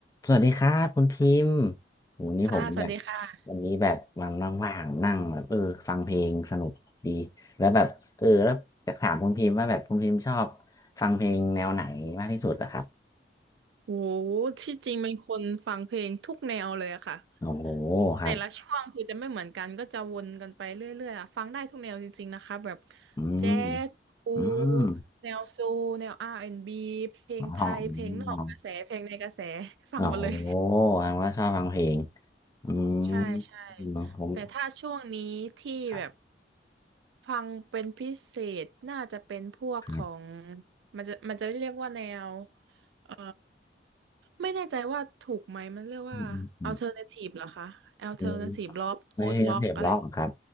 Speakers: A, on the left; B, on the right.
A: สวัสดีครับคุณพิมพ์โหนี่ผมแบบ
B: ค่ะ สวัสดีค่ะ
A: วันนี้แบบวันว่างๆนั่งแบบเออฟังเพลงสนุกดีแล้วแบบเออแล้วอยากถามคุณพิมพ์ว่าแบบคุณพิมพ์ชอบฟังเพลงแนวไหนมากที่สุดอะครับ
B: โห ที่จริงเป็นคนฟังเพลงทุกแนวเลยอะค่ะ
A: โอ้โหครับ
B: แต่ละช่วงคือจะไม่เหมือนกันก็จะวนกันไปเรื่อยๆอะฟังได้ทุกแนวจริงๆ นะคะแบบ
A: อืม
B: แจ๊สปู
A: อืม
B: แนวโซลแนว R&B เพลงไทย
A: อ๋อ
B: เพลงนอกกระแส
A: อ๋อ
B: เพลงในกระแส ฟังหมดเลย
A: โอ้โหแสดงว่าชอบฟังเพลงอืม
B: ใช่ใช่
A: อืมผม
B: แต่ถ้าช่วงนี้ที่แบบ
A: ครับ
B: ฟังเป็นพิเศษน่าจะเป็นพวกของ
A: ครับ
B: มันจะมันจะเรียกว่าแนวเอ่อไม่แน่ใจว่าถูกไหมมันเรียกว่า
A: อืมอืมอืม
B: alternative เหรอคะ alternative
A: อืม
B: rock post
A: ไม่ใช่เพลงร็อกเหรอครับ
B: rock อะไร